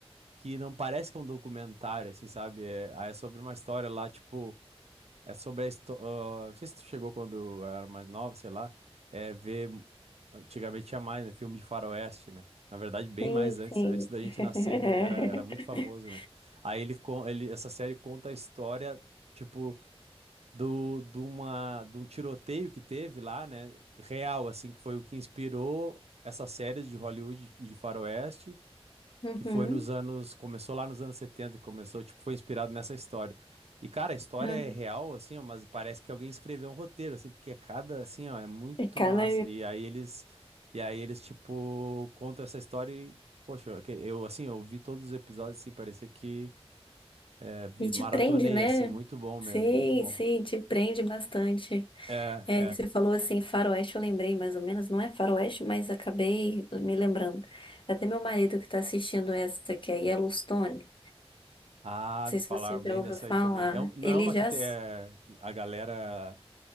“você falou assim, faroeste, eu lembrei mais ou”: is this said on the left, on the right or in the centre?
Left